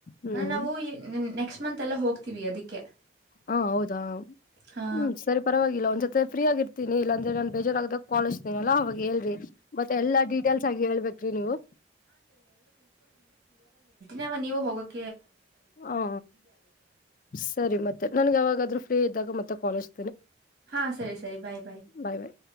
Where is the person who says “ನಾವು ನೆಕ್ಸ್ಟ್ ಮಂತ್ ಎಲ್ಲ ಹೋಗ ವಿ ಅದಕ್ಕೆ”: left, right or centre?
Right